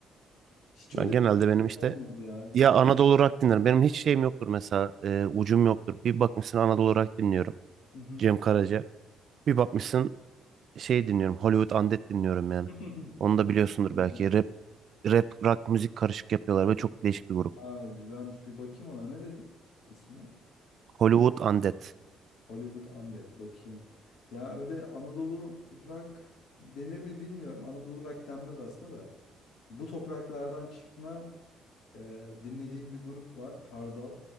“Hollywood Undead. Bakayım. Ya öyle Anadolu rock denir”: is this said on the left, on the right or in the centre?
Left